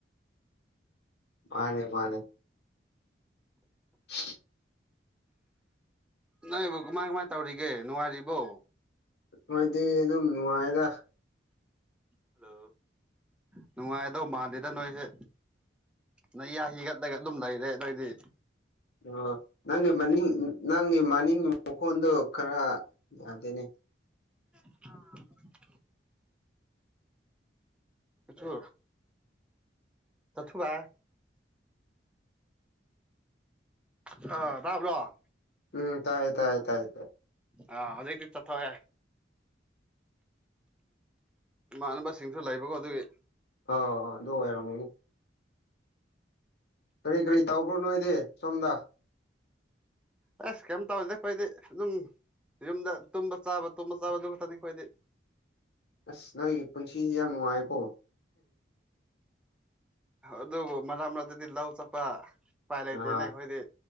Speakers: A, on the left; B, in the centre.
A: ꯃꯥꯅꯦ ꯃꯥꯅꯦ ꯍ
B: ꯅꯣꯏ ꯏꯕꯨ ꯀꯃꯥꯏ ꯀꯃꯥꯏ ꯇꯧꯔꯤꯒꯦ ꯅꯨꯡꯉꯔꯤꯕꯣ
A: ꯍꯣꯏꯗꯤ ꯑꯗꯨꯝ ꯅꯨꯡꯉꯥꯏꯗ
B: ꯍꯜꯂꯣ ꯅꯨꯡꯉꯥꯏꯗꯣ ꯃꯥꯟꯗꯦꯗ ꯅꯣꯏꯁꯦ ꯅꯪ ꯌꯥ ꯍꯤꯒꯠꯂꯒ ꯑꯗꯨꯝ ꯂꯩꯏꯔꯦ ꯅꯣꯏꯗꯤ
A: ꯑꯣ ꯅꯪꯒꯤ ꯃꯅꯤꯡ ꯅꯪꯒꯤ ꯃꯅꯤꯡ ꯃꯈꯣꯟꯗꯣ ꯈꯔ ꯌꯥꯗꯣꯏꯅꯦ
B: ꯑꯣ ꯆ ꯆꯊꯕꯥꯏ ꯑ ꯕ꯭ꯔꯣ
A: ꯎꯝ ꯇꯥꯏ ꯇꯥꯏꯥꯏ ꯇꯥꯏ
B: ꯑ ꯑꯗꯨꯗꯀꯤ ꯆ ꯊꯋꯦ ꯏꯃꯥꯟꯅꯕꯁꯤꯡꯁꯨ ꯂꯩꯕꯀꯣ ꯑꯗꯨꯒꯤ
A: ꯑ ꯑ ꯑꯗꯨ ꯑꯣꯏꯔꯅꯤ ꯀꯔꯤ ꯀꯔꯤ ꯇꯧꯕ꯭ꯔꯣ ꯅꯣꯏꯗꯤ ꯁꯣꯝꯗ
B: ꯑꯦꯁ ꯀꯩꯝ ꯇꯧꯗꯦ ꯑꯩꯈꯣꯏꯗꯤ ꯑꯗꯨꯝ ꯌꯨꯝꯗ ꯇꯨꯝꯕ ꯆꯥꯕ ꯇꯨꯝꯕ ꯆꯥꯕ ꯑꯗꯨ ꯈꯛꯇꯅꯤ ꯑꯩꯈꯣꯏꯗꯤ
A: ꯑꯁ ꯅꯣꯏꯒꯤ ꯄꯨꯟꯁꯤꯁꯤ ꯌꯥꯝ ꯅꯨꯡꯉꯥꯏꯀꯣ
B: ꯑꯗꯨꯕꯨ ꯃꯥ ꯃꯔꯛꯇꯗꯤ ꯂꯧ ꯆꯠꯄ ꯎꯄꯥꯏ ꯂꯩꯇꯦꯅꯦ
A: ꯑꯥ
B: ꯑꯩꯈꯣꯏꯗꯤ